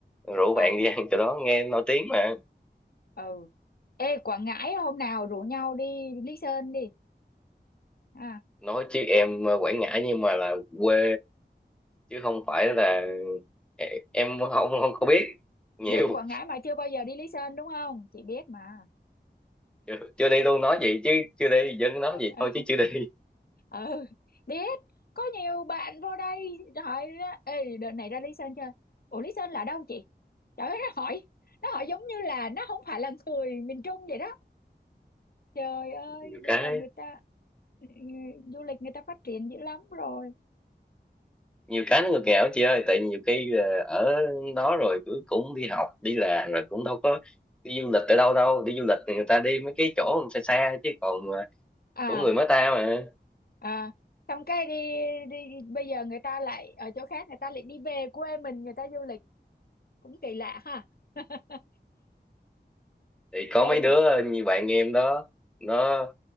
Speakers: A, in the centre; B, on the left (about 60°).
A: rủ
B: à
A: bạn đi ăn chỗ đó nghe nổi tiếng mà
B: ừ ê Quảng Ngãi hôm nào rủ nhau đi Lý Sơn đi à
A: nói chứ em ờ, Quảng Ngãi nhưng mà là quê chứ không phải là em không không không có biết nhiều
B: dân Quảng Ngãi mà chưa bao giờ đi Lý Sơn đúng không chị biết mà
A: chưa, chưa đi luôn nói vậy chứ chưa đi dân nói
B: Ê,
A: vậy thôi chứ chưa đi
B: ừ biết có nhiều bạn vô đây hỏi ra ê đợt này ra Lý Sơn chơi ủa Lý Sơn là đâu chị trời ơi nó hỏi nó hỏi giống như là nó không phải là người miền Trung vậy đó trời ơi
A: <laughs> nhiều
B: bây
A: cái
B: giờ người ta ừ, ừ, du lịch người ta phát triển dữ lắm rồi
A: nhiều cái nó ngược nghèo chị ơi tại nhiều khi ờ, ở đó rồi cứ cũng đi học đi làm rồi cũng đâu có đi du lịch ở đâu đâu đi du lịch thì người ta đi mấy cái chỗ xa xa chứ còn ờ,
B: à
A: của người mới ta mà
B: à xong cái đi, đi bây giờ người ta lại ở chỗ khác người ta lại đi về quê mình người ta du lịch cũng kỳ lạ ha <laughs>
A: thì có
B: Ê,
A: mấy đứa như bạn em đó nó